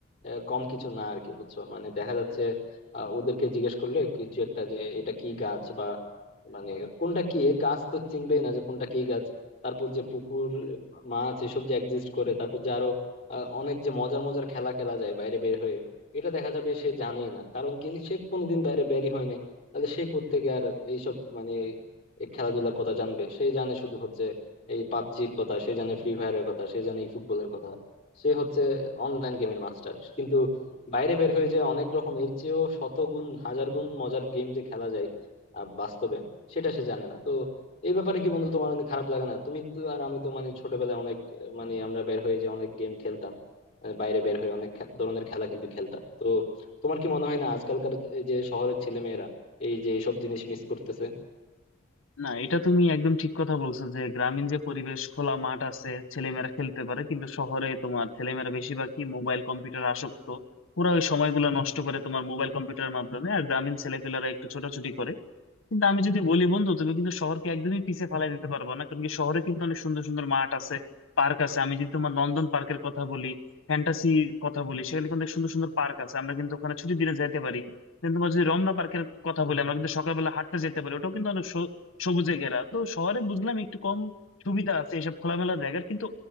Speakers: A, on the left; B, on the left.
A: আহ, কম কিছু না আর কি বুঝছো মানে দেখা যাচ্ছে আহ, ওদেরকে জিজ্ঞেস করলে কিছু একটা যে এটা কি গাছ বা মানে কোনটা কি গাছ তো চিনবেই না যে কোনটা কি তারপর যে পুকুর মাছ এসব যে এক্সিস্ট করে তারপর যে আরো আহ, অনেক যে মজার মজার খেলা খেলা যায় বাইরে বের হয়ে এটা দেখা যাবে সে জানেই না কারণ কি সে কোনোদিন বাইরে বেরই হয় নাই তাহলে সে কোত্থেকে আর এইসব মানে এই খেলাধুলার কথা জানবে সে জানে শুধু হচ্ছে এই পাবজির কথা সে জানে ফ্রি ফায়ারের কথা সে জানে এই ফুটবলের কথা সে হচ্ছে অনলাইন গেমের মাস্টার কিন্তু বাইরে বের হয়ে যে অনেক রকম এর চেয়েও শত গুণ হাজার গুণ মজার গেম যে খেলা যায় আহ, বাস্তবে সেটা সে জানে না তো এই ব্যাপারে কি বন্ধু তোমার অনেক খারাপ লাগে না তুমি তো আর আমি তো মানে ছোটবেলায় অনেক আহ, মানে আমরা বের হয়ে যে অনেক গেম খেলতাম আহ, বাইরে বের হয়ে অনেক খে- ধরনের খেলা কিন্তু খেলতাম তো তোমার কি মনে হয় না আজকালকার এই যে শহরের ছেলে মেয়েরা এই যে সব জিনিস মিস করতেছে
B: না এটা তুমি একদম ঠিক কথা বলছো যে গ্রামীণ যে পরিবেশ খোলা মাঠ আছে ছেলেমেয়েরা খেলতে পারে কিন্তু শহরে তোমার ছেলেমেয়েরা বেশিরভাগই মোবাইল কম্পিউটার আসক্ত ওরা ওই সময়গুলো নষ্ট করে তোমার মোবাইল কম্পিউটারের মাধ্যমে আর গ্রামীণ ছেলেপেলেরা একটু ছোটাছুটি করে কিন্তু আমি যদি বলি বন্ধু তুমি কিন্তু শহরকে একদমই পিছিয়ে ফেলাই দিতে পারবে না কারণ কি শহরে কিন্তু অনেক সুন্দর সুন্দর মাঠ আছে পার্ক আছে আমি যদি তোমার নন্দন পার্কের কথা বলি ফ্যান্টাসি কথা বলি সেখানে কিন্তু অনেক সুন্দর সুন্দর পার্ক আছে আমরা কিন্তু ওখানে ছুটির দিনে যেতে পারি দেন তোমার যদি রমনা পার্কের কথা
A: হুম,
B: বলি
A: হুম।
B: আমরা কিন্তু সকালবেলা হাঁটতে যেতে পারি ওটাও কিন্তু অনেক সো- সবুজে ঘেরা তো শহরে বুঝলাম একটু কম সুবিধা আছে এসব খোলামেলা জায়গার কিন্তু